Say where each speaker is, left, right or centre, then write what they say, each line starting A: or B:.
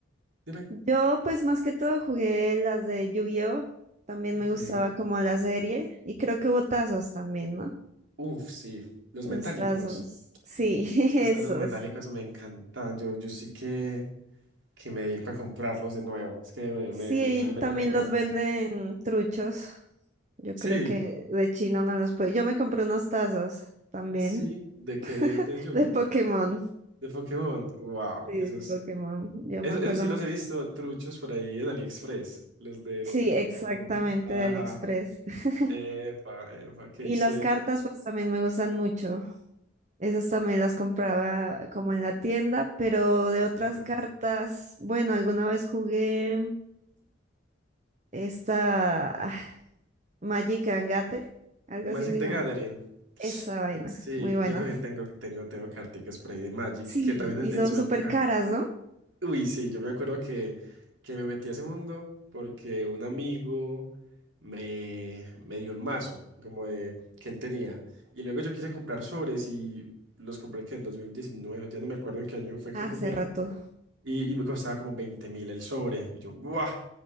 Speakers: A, on the right; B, on the right.
A: Dime.
B: Yo pues más que todo jugué las de Yu-Gi-Oh! También
A: Ok.
B: me gustaba como la serie y creo que hubo tazos también, ¿no?
A: Uf, sí. Los
B: Los
A: metálicos.
B: tazos. Sí, <laughs>
A: Esos
B: esos.
A: tazos metálicos me encantaban. Yo, yo sí que, que me dedico a comprarlos de nuevo. Es que me,
B: Sí,
A: me, me traen
B: y también
A: menos recuerdos.
B: los venden truchos. Yo
A: Sí,
B: creo que de China no los puede. Yo me compré unos tazos también
A: sí. ¿De qué?
B: <laughs>
A: De, de Yugi.
B: de Pokémon.
A: De Pokémon. Wow.
B: Sí, de
A: Eso es.
B: Pokémon. Yo
A: Eso,
B: me acuerdo
A: eso sí los
B: mucho.
A: he visto truchos por ahí en AliExpress. Los de
B: Sí,
A: los de
B: exactamente
A: Pokémon. Ajá.
B: de AliExpress. <laughs>
A: Epa, epa, qué
B: Y
A: chévere.
B: las cartas pues también me gustan mucho. Esas también las compraba como en la tienda, pero de otras
A: Ajá.
B: cartas, bueno, alguna vez jugué esta ah, Magic and Gathering, algo
A: Magic
B: así se
A: the
B: llama.
A: Gathering.
B: Esa vaina,
A: Sí,
B: muy buenas.
A: yo también tengo, tengo, tengo carticas por ahí de Magic,
B: Sí,
A: que también
B: y
A: en,
B: son
A: en su
B: súper
A: época.
B: caras, ¿no?
A: Uy, sí, yo me acuerdo que, que me metí a ese mundo porque un amigo me, me dio un mazo como de, que él tenía. Y luego yo quise comprar sobres y los compré que en 2019 ya no me acuerdo en qué año fue
B: Hace
A: que jugué.
B: rato.
A: Y, y me costaba como veinte mil el sobre. Y yo, ¡buah!